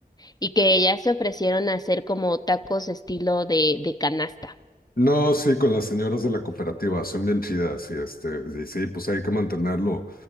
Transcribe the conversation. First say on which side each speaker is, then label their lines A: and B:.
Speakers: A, on the left; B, on the left.
A: y que ellas se ofrecieron a hacer como tacos estilo de, de canasta.
B: No, sí, con las señoras de la cooperativa, son bien chidas y este, y sí, pues hay que mantenerlo